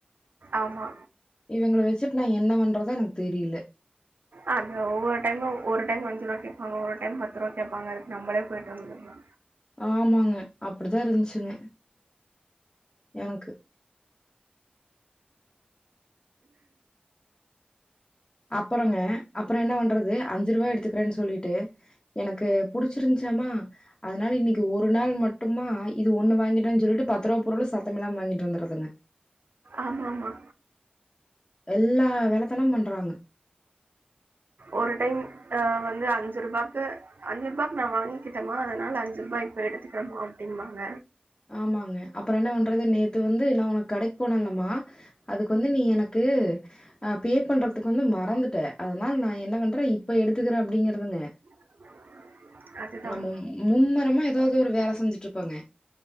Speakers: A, on the right; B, on the left.
A: ஆமா
B: இவுங்கள வெச்சிட்டு நா என்ன பண்றதோ எனக் தெரியில
A: பசங்க ஒவ்வொரு டைமு ஒரு டைம் அஞ்சு ரூபா கேப்பாங்க ஒரு டைம் பத்து ரூபா கேப்பாங்க அதுக்கு நம்பளே போயிட்டு வந்துக்கலா
B: ஆமாங்க அப்டிதா இருஞ்சிங்க எனக்கு அப்புறங்க அப்புறோ என்ன பண்றது அஞ்சு ரூபா எடுத்துக்குறன் சொல்லிட்டு எனக்கு புடிச்சிருந்ச் எம்மா அதனால இன்னிக்கு ஒரு நாள் மட்டுமா இது ஒண்ணு வாங்கிட்றன் சொல்ட்டு பத்து ரூபா பொருளு சத்தமில்லாம வாங்கிட்டு வந்துறதுங்க
A: ஆமாம்மா
B: எல்லா வேலத்தனம் பண்றாங்க
A: ஒரு டைம் அ வந்து அஞ்சி ரூபாக்கு அஞ்சி ரூபாக்கு நா வாங்கிக்கிட்டமா அதனால அஞ்சி ரூபாய் போ எடுத்துக்கிறம்மா அப்டின்பாங்க
B: ஆமாங்க அப்புறோ என்ன பண்றது நேத்து வந்து நா உனக்கு கடைக் போனல்லமா அதுக்கு வந்து நீ எனக்கு அ நா பே பண்றதுக்கு வந்து மறந்துட்ட அதனால நா என்ன பண்ற இப்ப எடுத்துக்கற அப்டிங்கறதுங்க
A: <inaudible> அதுதான்.
B: நம்ம மும்மரமா ஏதாவது ஒரு வேல செஞ்சிட்ருப்போங்க